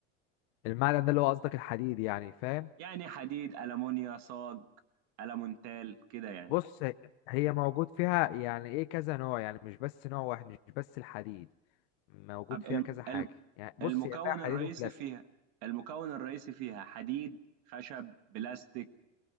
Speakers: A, on the left; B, on the right.
A: المعدن ده اللي هو قصدك الحديد يعني فاهم
B: يعني حديد ألمونيا صاج ألمونتال كده يعني
A: بص هي هي موجود فيها يعني ايه كذا نوع يعني مش بس نوع واحد مش بس الحديد موجود
B: طب
A: فيها
B: الم...
A: كذا حاجة
B: الم...
A: يعني بص
B: المكون
A: هي فيها حديد
B: الرئيسي
A: وبلاستيك
B: فيها المكون الرئيسي فيها حديد خشب بلاستيك